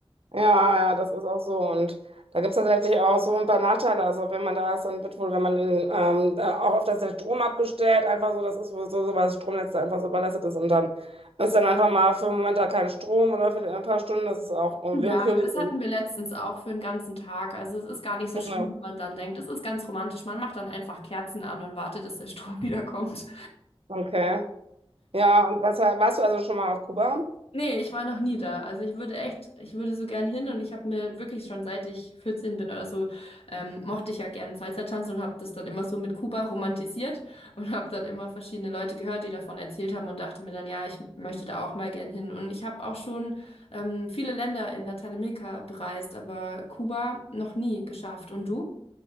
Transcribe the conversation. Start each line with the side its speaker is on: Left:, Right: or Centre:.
Right: Ja, ja, das ist auch so. Und da gibt es tatsächlich auch so ein paar Nachteile. Also wenn man da ist, dann wird wohl, wenn man in, ähm, äh, auch oft, dass der Strom abgestellt, einfach so, das ist wohl so, so, weil das Stromnetz da einfach so überlastet ist und dann ist dann einfach mal für einen Moment da kein Strom oder für ein paar Stunden, das ist auch
Left: Ja,
Right: willkürlich.
Left: aber das hatten wir letztens auch für einen ganzen Tag. Also es ist gar nicht so
Right: Ja,
Left: schlimm, wie man dann denkt. Es ist ganz romantisch. Man macht dann einfach Kerzen an und wartet, dass der Strom <laughs> wiederkommt.
Right: Okay. Ja, und was, warst du also schon mal auf Kuba?
Left: Nee, ich war noch nie da. Also ich würde echt, ich würde so gern hin und ich habe mir wirklich schon seit ich 14 bin oder so, ähm, mochte ich ja gern Salsa-Tanz und habe das dann immer so mit Kuba romantisiert und habe dann immer verschiedene Leute gehört, die davon erzählt haben und dachte mir dann, ja, ich möchte da auch mal gern hin. Und ich habe auch schon ähm, viele Länder in Lateinamerika bereist, aber Kuba noch nie geschafft. Und du?